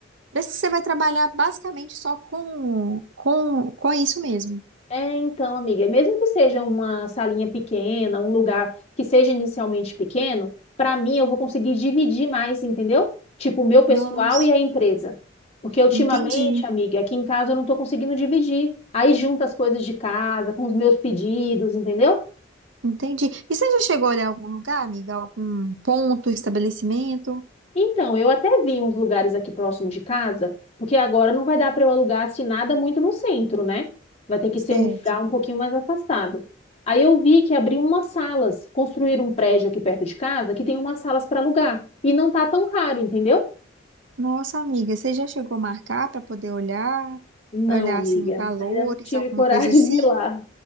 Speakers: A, on the right; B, on the left.
A: parece que você vai trabalhar basicamente só com com com isso mesmo.
B: É, então, amiga, mesmo que seja uma salinha pequena, um lugar que seja inicialmente pequeno, para mim eu vou conseguir dividir mais, entendeu? Tipo, o meu pessoal
A: Nossa,
B: e a empresa. Porque ultimamente,
A: entendi.
B: amiga, aqui em casa eu não estou conseguindo dividir. Aí junta as coisas de casa com os meus pedidos, entendeu?
A: Entendi. E você já chegou a olhar algum lugar, amiga? Algum ponto, estabelecimento?
B: Então, eu até vi uns lugares aqui próximo de casa, porque agora não vai dar para eu alugar assim nada muito no centro, né? Vai ter que
A: Certo.
B: ser um lugar um pouquinho mais afastado. Aí eu vi que abriram umas salas, construíram um prédio aqui perto de casa que tem umas salas para alugar e não tá tão caro, entendeu?
A: Nossa, amiga, você já chegou a marcar para poder olhar?
B: Não,
A: Olhar
B: amiga,
A: assim, valores,
B: ainda não tive
A: alguma
B: <laughs> coragem
A: coisa assim?
B: de ir lá.